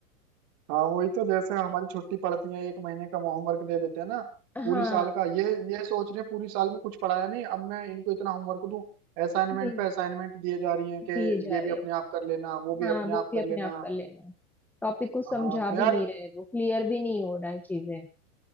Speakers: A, on the right; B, in the centre.
A: हाँ वही तो जैसे हमारी छुट्टी पड़ती है एक महीने का होमवर्क दे देते हैं ना
B: हाँ
A: पूरी साल का ये ये सोच रहे हैं पूरी साल में कुछ पढ़ाया नहीं अब मैं इनको इतना होमवर्क दूं असाइनमेंट
B: हम्म,
A: पे असाइनमेंट दिए जा रही हैं
B: दिए
A: कि
B: जा
A: ये
B: रहे
A: भी अपने
B: हैं
A: आप कर लेना वो भी
B: हाँ
A: अपने
B: वो
A: आप
B: भी
A: कर
B: अपने
A: लेना
B: आप कर लेना है। टॉपिक को समझा
A: हाँ तो यार
B: भी नहीं रहे वो क्लियर भी नहीं हो रहा है चीजें